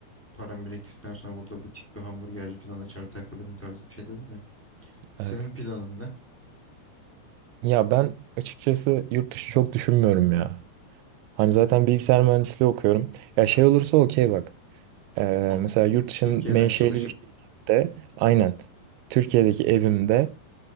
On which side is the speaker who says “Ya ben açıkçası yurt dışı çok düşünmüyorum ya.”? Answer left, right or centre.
Right